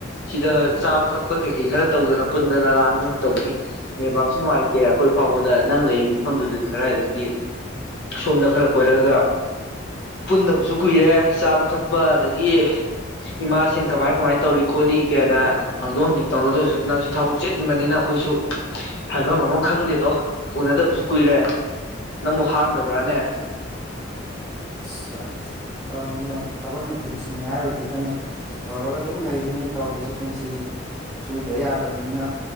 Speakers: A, on the left; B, in the centre.
A: ꯁꯤꯗ ꯆꯥꯕ ꯊꯛꯄ ꯀꯩꯀꯩ ꯈꯔ ꯇꯧꯗꯅ ꯄꯨꯟꯗꯅ ꯂꯥꯡꯗꯅ ꯇꯧꯅꯤ ꯅꯦꯕꯥꯛꯁꯨ ꯅꯨꯡꯉꯥꯏꯇꯦ ꯑꯩꯈꯣꯏ ꯐꯥꯎꯕꯗ ꯅꯪ ꯂꯩ ꯃꯐꯝꯗꯨꯗꯗꯤ ꯀꯗꯥꯏꯗꯒꯤ ꯁꯣꯝꯗ ꯈꯔ ꯀꯣꯏꯔꯛꯑꯒ ꯄꯨꯟꯗꯕꯁꯨ ꯀꯨꯏꯔꯦ ꯆꯥꯕ ꯊꯛꯄ ꯑꯗꯒꯤ ꯏꯃꯥꯁꯤꯡ ꯀꯃꯥꯏ ꯀꯃꯥꯏ ꯇꯧꯔꯤ ꯈꯣꯠꯂꯤ ꯀꯥꯏꯅ ꯍꯥꯡꯗꯣꯛ ꯍꯥꯡꯖꯤꯟ ꯇꯧꯅꯗꯕꯁꯨ ꯅꯪꯁꯨ ꯊꯕꯛ ꯆꯦꯅꯤꯡꯟꯕꯅꯤꯅ ꯑꯩꯈꯣꯏꯁꯨ ꯍꯥꯏꯐꯝ ꯑꯃ ꯈꯪꯗꯦꯗꯣ ꯎꯅꯗꯕꯁꯨ ꯀꯨꯏꯔꯦ ꯅꯪꯕꯨ ꯍꯥꯡꯗꯕ꯭ꯔꯥꯅꯦ
B: ꯑꯁ ꯇꯧꯔꯤ ꯌꯦꯉꯨ ꯊꯕꯛꯅ ꯄꯨꯟꯁꯤꯅꯦ ꯍꯥꯏꯕꯗꯨꯗꯅꯦ ꯇꯧꯔꯒ ꯑꯗꯨꯝ ꯂꯩꯔꯤꯅꯦ ꯇꯧꯔꯤꯁꯦ ꯄꯨꯟꯁꯤꯁꯦ ꯁꯨꯗꯕ ꯌꯥꯗꯕꯅꯤꯅ